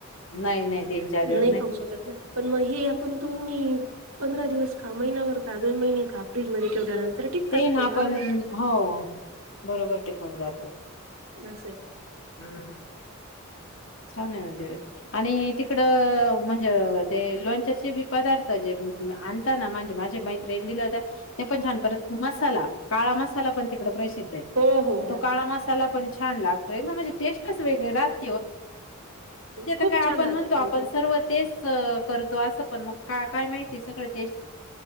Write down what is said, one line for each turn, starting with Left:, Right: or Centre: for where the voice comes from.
Left: नाही नाही तीन चार दिवस
Right: नाही खाऊ शकत ना पण मग हे आपण तू मी पंधरा दिवस का महिनाभर का दोन महिने का फ्रीज मध्ये तेवट्यानंतर टिकतात
Left: ना
Right: ते
Left: आपण
Right: आरम टिकतात
Left: हो बरोबर टिकून जातात
Right: अस स आहे
Left: हम्म चाले म्हणर आणि तिकड म्हणजे ते लोणचाचे बी पदार्थ जे आणताना म्हणजे माझे मैत्रिण दिलं होता ते पण छान परत मसाला काळा मसाला पण तिकड प्रसिद्ध आहे
Right: हो हो हो
Left: तो काळा मसाला पण छान लागतो एकदम म्हणजे टेस्टच वेगळे रात हे
Right: खूप
Left: काय आपण
Right: छान राहते
Left: म्हणतो
Right: त्यांचे
Left: आपण सर्व तेच <inaudible> करतो असं पण मग काय काय माहिती सगळं ते